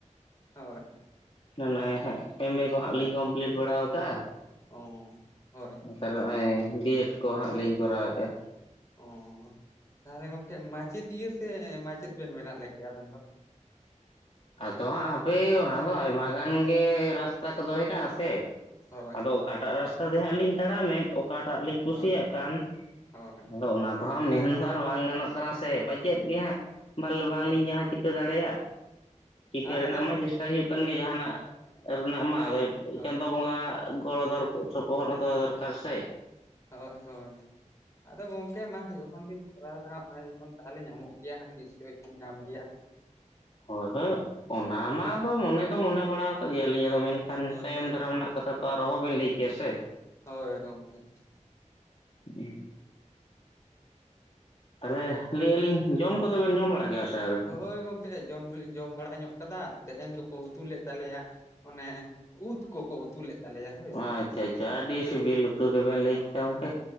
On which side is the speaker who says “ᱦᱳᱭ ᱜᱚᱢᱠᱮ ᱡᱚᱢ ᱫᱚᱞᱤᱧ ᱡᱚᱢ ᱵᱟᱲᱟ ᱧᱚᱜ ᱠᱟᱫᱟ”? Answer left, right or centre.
Left